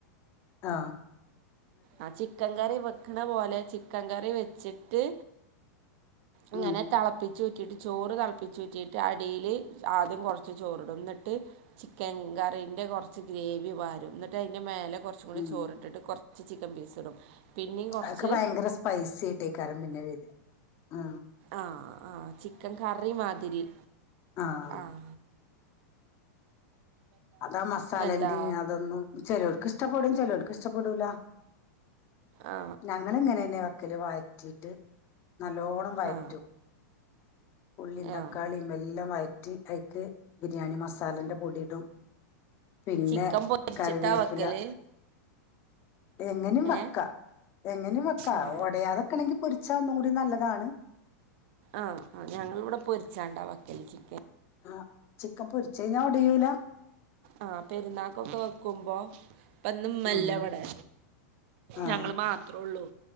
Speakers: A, on the left (about 25°); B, on the right (about 40°).
A: ആഹ
B: ആ ചിക്കൻ കറി വെക്കണ പോലെ ചിക്കൻ കറി വെച്ചിട്ട് അങ്ങനെ
A: ഉം
B: തെളപ്പിച്ചു കിട്ട് ചോറ് തിളപ്പിചൂറ്റിയിട് അടിൽ ആദ്യം കുറച്ച് ചോറിടും ന്നിട്ട് ചിക്കൻ ക ന്റെ കുറച്ച് ഗ്രേവി വാരും എന്നിട്ട് അതിന്റെ മേല കുറച്ചും കൂടി
A: ഉം
B: ചോറിട്ടിട്ട് കുറച്ച് ചിക്കൻ പീസ് ഇടും പിന്നെയും കുറച്ച്
A: അതൊക്കെ ഭയങ്കര സ്പൈസി ആയിട്ടേക്കാരും പിന്നെ വരി ഉ
B: ആഹ ആഹ് ചിക്കൻ കറി മാതിരി
A: ആഹ്
B: ആഹ
A: അതാ മസാലേറയും
B: എന്താ
A: അതൊന്നും ചിലവർക്ക് ഇഷ്ടപ്പെടും ചെിലവർക്ക് ഇഷ്ടപ്പെടൂല
B: ആ
A: ഞങ്ങളിങ്ങനെെ വക്കല് വായിറ്റിട്ട് നല്ലോണ്ണം വഴറ്റും
B: ആ
A: ഉള്ളിയും തക്കാളിയും
B: ആ
A: എല്ലാം വയറ്റും റ്റി അക്ക് ബിരിയാണി മസാലന്റെ പൊടിയിടും പിന്നെ
B: ചിക്കൻ പൊരിച്ചിട്ടാ
A: കറിവേപ്പില
B: വെക്കൽ
A: എങ്ങനെും വെക്കാ
B: ഏ
A: എങ്ങനെ വെക്കാ
B: ആ
A: ഒടയാതെക്കണെങ്കിൽ പൊരിച്ചാ ഒന്നും കൂടി നല്ലതാണ്
B: ആഹ ആ് ഞങ്ങൾ ഇവിടെ പൊരിച്ചാണ്ടാ വക്കലക്ക്
A: ആഹ ചിക്കൻ പൊരിച്ച ഞാ ഒടയൂല
B: ആഹ പെരുന്നാക്കൊക്കെ വെക്കുമ്പോ ഇപ്പന്നുംമ്മല്ല
A: ഉം
B: വടെ
A: ആഹ്
B: ഞങ്ങള്ൾ മാത്രേ ഉള്ളൂ